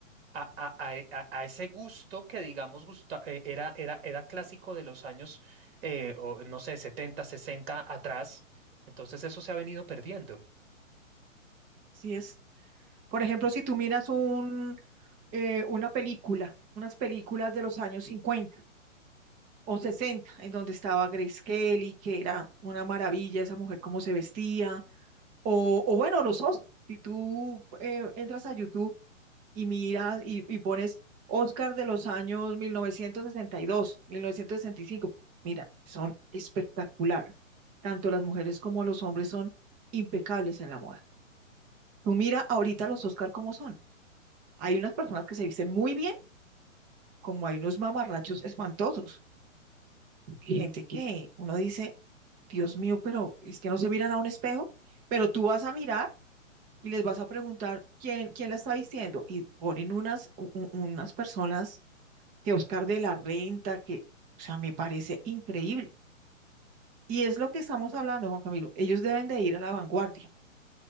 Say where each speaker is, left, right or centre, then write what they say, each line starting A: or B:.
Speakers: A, on the right; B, on the right.
A: A, a- a- e, a- a ese gusto que, digamos, gusta- eh, era, era, era clásico de los años, eh, o, no sé, 70 60 atrás. Entonces eso se ha venido perdiendo.
B: así es. Por ejemplo, si tú miras un, eh, una película, unas películas de los años 50 o 60, en donde estaba Grace Kelly, que era una maravilla esa mujer, cómo se vestía O, o bueno, los Oscars. Si tú eh, entras a YouTube y miras y, y pones Oscar de los años 1962, 1965, mira, son espectacular. Tanto las mujeres como los hombres son impecables en la moda. Tú mira ahorita los Oscar cómo son. Hay unas personas que se visten muy bien, como hay unos mamarrachos espantosos. Gente que uno dice, Dios mío, pero es que no se miran a un espejo, pero tú vas a mirar y les vas a preguntar quién, quién la está vistiendo y ponen unas, u- u- unas personas que Oscar de la Renta, que, o sea, me parece increíble. Y es lo que estamos hablando, Juan Camilo. Ellos deben de ir a la vanguardia,